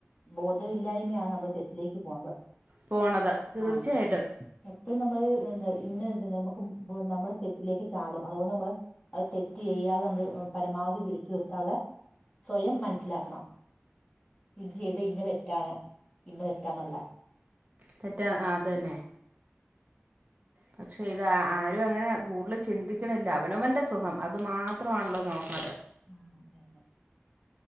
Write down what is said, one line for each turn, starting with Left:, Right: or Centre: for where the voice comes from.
Left: ബോധമില്ലായ്മയാണ് നമ്മുടെ തെറ്റിലേക്ക് പോണത്
Right: പോണത് തീർച്ചയായിട്ടും
Left: ആ എപ്പോഴും നമ്മൾ എന്താ ഇന്നെന്ത നമുക്ക് നമ്മുടെ തെറ്റിലേക്ക് ചാടും അതുകൊണ്ട് നമ്മള് അത് തെറ്റ് ചെയ്യാതെ നമ്മള് പരമാവധി പിടിച്ചു നിർത്താനുള്ള സ്വയം മനസിലാക്കണം ഇത് ചെയ്ത ഇന്ന തെറ്റാണ് ഇന്ന തെറ്റാന്നുള്ള
Right: തെറ്റാ ആ അതു തന്നെ പക്ഷെ ഇത് ആരും അങ്ങനെ കൂടുതൽ ചിന്തിക്കണില്ല അവനവന്റെ സുഖം അത് മാത്രമാണല്ലോ നോക്കണത്
Left: ആ തന്നെ